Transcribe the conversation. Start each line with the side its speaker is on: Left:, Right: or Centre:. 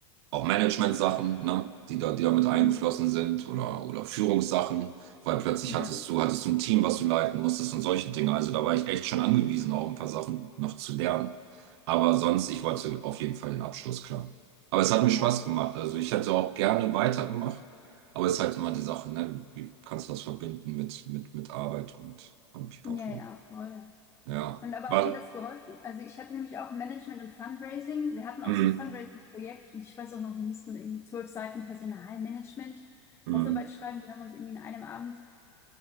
Right: auch Management-Sachen, ne, die da, die da mit eingeflossen
Left: Mhm.
Right: sind oder, oder Führungssachen, weil plötzlich
Left: Ja.
Right: hattest du, hattest du ein Team, was du leiten musstest und solche Dinge. Also da war ich echt schon angewiesen, auch ein paar Sachen noch zu lernen. Aber sonst, ich wollte auf jeden Fall den Abschluss, klar. Aber es hat mir
Left: Ja.
Right: Spaß gemacht. Also ich hätte auch gerne weitergemacht, aber es ist halt immer die Sache, ne, wie kannst du das verbinden mit, mit, mit Arbeit und, und Pipapo?
Left: Ja, ja, voll.
Right: Ja,
Left: Und aber
Right: was?
Left: hat dir das geholfen? Also ich hatte nämlich auch Management und Fundraising. Wir hatten
Right: mm,
Left: auch so ein Fundraising-Projekt und ich weiß auch noch, wir mussten irgendwie zwölf Seiten Personalmanagement,
Right: mm,
Left: Hausarbeit schreiben. Die haben uns irgendwie in einem Abend